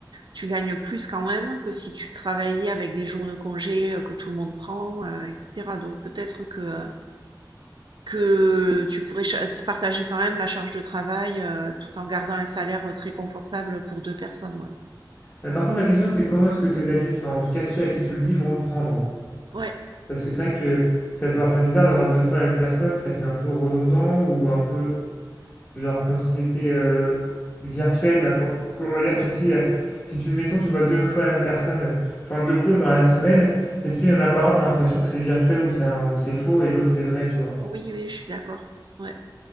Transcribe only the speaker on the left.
Heu, par contre, la question, c'est comment est-ce que tes amis, enfin, en tout cas ceux à qui tu le dis, vont le prendre?
Parce que c'est vrai que ça peut leur faire bizarre d'avoir 2 fois la même personne, ça fait un peu redondant ou un peu Genre comme si c'était euh, virtuel, la pro- on va dire
comme si, euh, si tu, mettons, tu vois deux fois la même personne, euh, enfin deux clones dans la même semaine, est-ce qu'il y en a pas un, t'as l'impression que c'est virtuel ou c'est un- ou c'est faux et l'autre c'est vrai, tu vois.